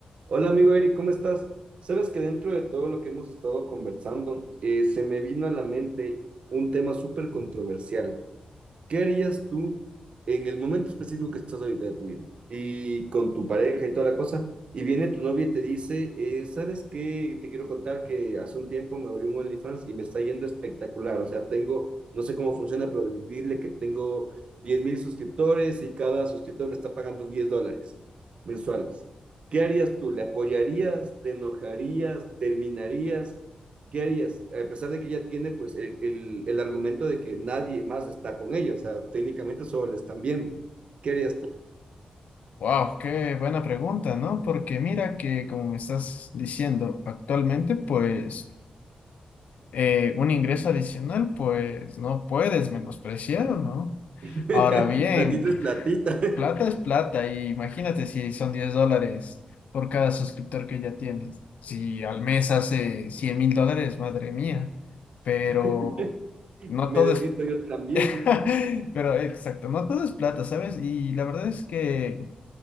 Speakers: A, on the right; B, on the left.
A: Hola amigo Eric, ¿cómo estás? Sabes que dentro de todo lo que hemos estado conversando, eh, se me vino a la mente un tema súper controversial. ¿Qué harías tú en el momento específico que estás ahorita de tu vida? Y con tu pareja y toda la cosa. Y viene tu novia y te dice, eh, ¿sabes qué? Te quiero contar que hace un tiempo me abrí un OnlyFans y me está yendo espectacular. O sea, tengo, no sé cómo funciona, pero dile que tengo diez mil suscriptores y cada suscriptor me está pagando 10 dólares mensuales. ¿Qué harías tú? ¿Le apoyarías? ¿Te enojarías? ¿Terminarías? ¿qué harías? A pesar de que ella tiene pues el, el, el argumento de que nadie más está con ella, o sea, técnicamente solo le están viendo. ¿Qué harías tú?
B: Wow, qué buena pregunta, ¿no? Porque mira que, como me estás diciendo actualmente, pues eh, un ingreso adicional, pues no puedes menospreciar, ¿no?
A: <laughs>
B: Ahora bien,
A: platita es platita.
B: plata es plata y imagínate si son 10 dólares por cada suscriptor que ya tienes. Si al mes hace cien mil dólares, madre mía, pero
A: <laughs>
B: no
A: Me
B: todo
A: desvisto
B: es,
A: yo también,
B: <laughs> pero exacto, no todo es plata, ¿sabes? Y la verdad es que...